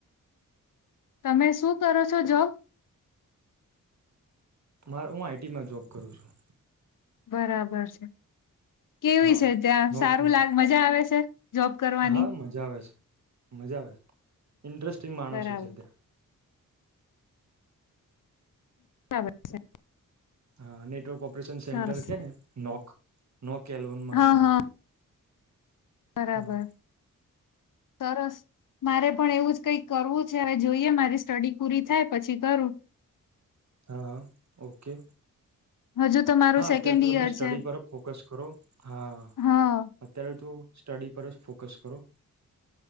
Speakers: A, on the left; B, on the right.
A: તમે શું કરો છો જો
B: મારે હું આઈટીમાં જોબ કરું છું
A: બરાબર છે કેવી
B: હા
A: છે ત્યાં
B: નોકમાં
A: સારું લાગ મજા આવે છે જોબ કરવાની
B: હા મજા આવે મજા આવે છે ઇન્ટરેસ્ટિંગ માણસો
A: બરાબર
B: છે ત્યાં
A: બરાબર છે
B: હા નેટવર્ક ઓપરેશન સેન્ટર
A: સરસ
B: કે ને નોક નો કેલવનમાં
A: હા
B: છું
A: હા બરાબર
B: હા
A: સરસ મારે પણ એવું જ કઈક કરવું છે હવે જોઈએ મારી સ્ટડી પૂરી થાય પછી કરું
B: હા હા ઓકે
A: હજુ તો મારું
B: હા
A: સેકન્ડ
B: અત્યારે તો
A: ઈયર
B: તમે સ્ટડી
A: છે
B: પર ફોકસ કરો હા
A: હા
B: અત્યારે તો સ્ટડી પર જ ફોકસ કરો